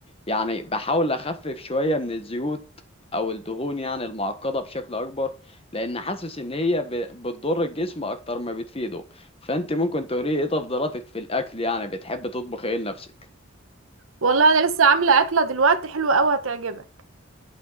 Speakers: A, on the left; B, on the right.
A: يعني بحاول اخفف شويه من الزيوت او الدهون يعني المعقده بشكل اكبر لان حاسس ان هي ب- بتضر الجسم اكتر ما بتفيده فانت ممكن تقولي ايه تفضيلاتك في الاكل يعني بتحب تطبخ ايه لنفسك
B: والله انا لسه عامله اكله دلوقتي حلوه قوي هتعجبك